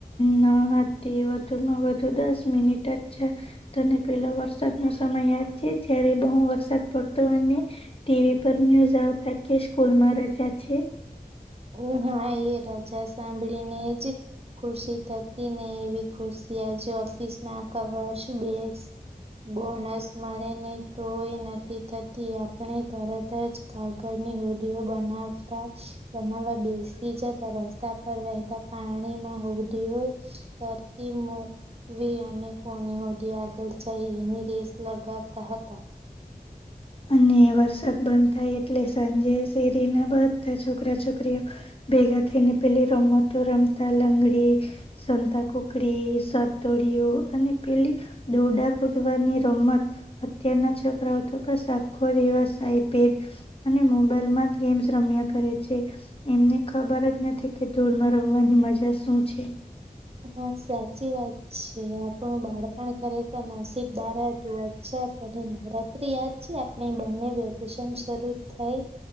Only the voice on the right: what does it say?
<unintelligible> હા એ રજા સાંભળીને જ ખુશી થતી ને એવી ખુશી સીઆર જો ઓફિસ ના કવર્સ, <unintelligible> બોનસ મળે ને તોય નથી થતી આપણે તરત જ કાગળ ની હોડિયો બનાવતા. બનાવા બેસી જતા રસ્તા પર વહેતા પાણી માં હોડીઓ તરતી <unintelligible> <unintelligible> અને કોની હોડી આગળ જાય એની રેસ લગાવતા હતા.
હા સાચી વાત છે, આપણું બાળપણ ખરેખર નાસીબદાર હતું <unintelligible> નવરાત્રી યાદ છે, આપણે બંને વેકેશન શરૂ થાય